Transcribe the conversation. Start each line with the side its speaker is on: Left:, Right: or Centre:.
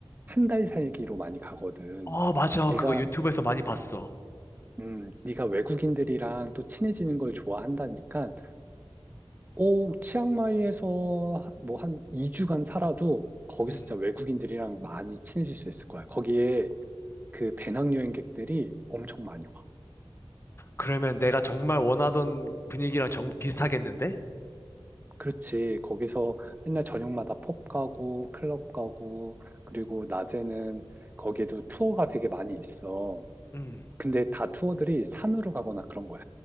Right: 한 달 살기로 많이 가거든.
Left: 아, 맞아.
Right: 네가
Left: 그거 유튜브에서 많이 봤어.
Right: 음, 네가 외국인들이랑 또 친해지는 걸 좋아한다니까. 오, 치앙마이에서 뭐 한 2주간 살아도 거기서
Left: 음.
Right: 진짜 외국인들이랑 많이 친해질 수 있을 거야. 거기에 그 배낭여행객들이 엄청 많이 와.
Left: 그러면 내가 정말 원하던 분위기랑 정 비슷하겠는데?
Right: 그렇지. 거기서 맨날 저녁마다 펍 가고 클럽 가고 그리고 낮에는 거기에도 투어가 되게 많이 있어.
Left: 음.
Right: 근데 다 투어들이 산으로 가거나 그런 거야.